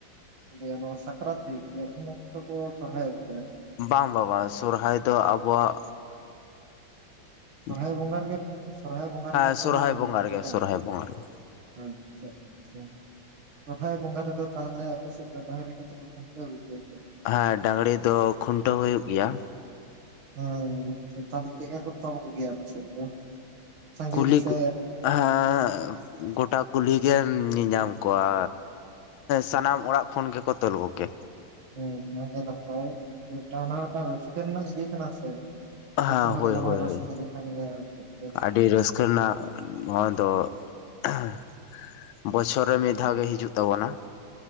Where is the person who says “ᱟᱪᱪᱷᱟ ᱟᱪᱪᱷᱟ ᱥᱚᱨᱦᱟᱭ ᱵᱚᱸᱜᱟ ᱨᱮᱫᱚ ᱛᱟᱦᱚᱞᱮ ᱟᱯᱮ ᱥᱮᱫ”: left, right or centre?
Right